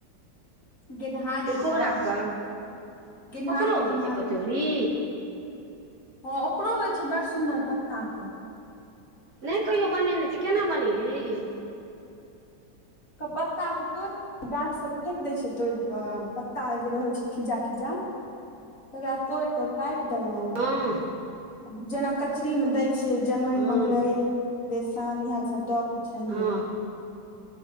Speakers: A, on the left; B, on the right.
A: गेनहारीे
B: तिलकोरकके
A: कऽ <inaudible> गेनहारी
B: ओकरो होइ
A: गेनहारी
B: छै कचौड़ी
A: हँ ओकरो होइ छै बड़ सुन्दर पत्ता कऽ
B: नै कहियो बनेने छी केना बनेलियै ये
A: कऽ पत्ता कऽ तोइर डाँट सभ फेक दै छियै तोड़ि कऽ आ पत्ता जे रहैत छै खिज्जा खिज्जा तकरा तोइड़ कऽ कैट देलहुँ
B: हँ
A: <inaudible> जेना कचरी म दै छियै जमाइन
B: हँ
A: मंगरैइल बेसन इहेए सब दऽ कऽ छैन
B: हँ
A: लेलौ